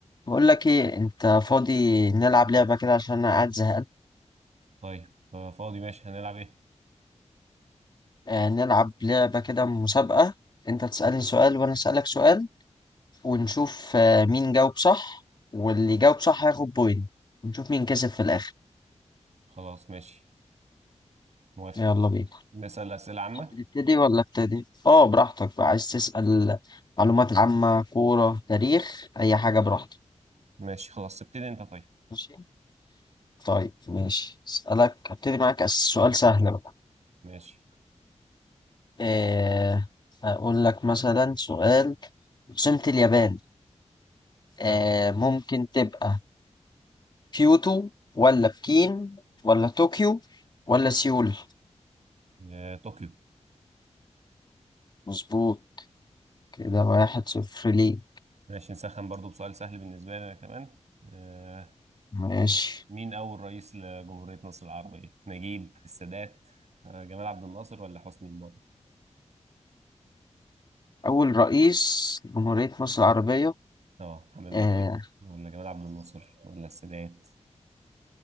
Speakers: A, on the left (about 35°); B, on the right (about 65°).
A: بقول لك ايه انت فاضي نلعب لعبة كده عشان انا قاعد زهقان
B: طيب آه، فاضي ماشي هنلعب ايه
A: آه نلعب لعبة كده مسابقة انت تسألني سؤال وانا أسألك سؤال ونشوف آه مين جاوب صح واللي يجاوب صح هياخد بوينت ونشوف مين كسب في الاخر
B: خلاص ماشي موافق
A: يلا بينا
B: نسأل أسئلة عامة
A: تبتدي ولا ابتدي اه براحتك بقى عايز تسأل معلومات عامة كورة تاريخ اي حاجة براحتك
B: ماشي خلاص ابتدي انت طيب
A: ماشي طيب ماشي اسألك ابتدي معاك أس- سؤال سهل بقى
B: ماشي
A: آه هقول لك مثلا سؤال عاصمة اليابان آه
B: اه
A: ممكن تبقى كيوتو ولا بكين ولا طوكيو ولا سيول
B: آه، طوكيو
A: مظبوط كده واحد صفر ليه
B: ماشي نسخن برضو بسؤال سهل بالنسبة لي أنا كمان آه.
A: ماشي
B: مين أول رئيس لجمهورية مصر العربية نجيب السادات آه. جمال عبد الناصر ولا حسني مبارك
A: أول رئيس جمهورية مصر العربية
B: اه محمد
A: آه
B: نجيب ولا جمال عبد الناصر ولا السادات